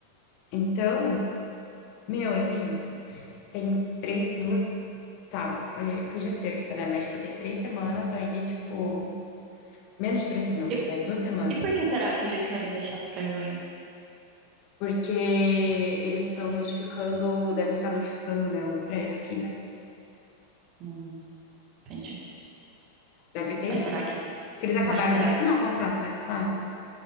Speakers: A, on the left; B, on the right.
A: Então, meu, assim, tem três, duas. Tá, hoje, porque hoje é terça, né? Mas, tipo, tem três semanas aí de, tipo, menos de três semanas,
B: E,
A: mas duas semanas.
B: e por que será que eles querem deixar pra junho?
A: Porque eles estão notificando, devem estar notificando, né, o prédio aqui, né?
B: Hum, entendi.
A: Deve ter
B: Mas
A: isso.
B: será que.
A: Porque eles acabaram
B: Mas será
A: de assinar
B: que.
A: o contrato, né? Você sabe?